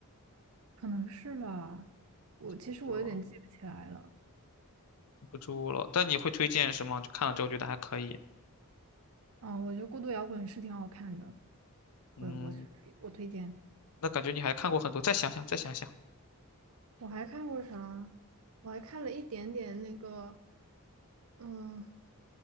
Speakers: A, on the right; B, on the left.
A: 可能是吧。我其实我有点记不起来了。
B: 记不住了。记不住了，但你会推荐是吗？就看了之后觉得还可以。
A: 啊，我觉得孤独摇滚是挺好看的，
B: 嗯，
A: 我我是推我推荐。
B: 那感觉你还看过很多，再想想，再想想
A: 我还看过啥？我还看了一点点那个，嗯，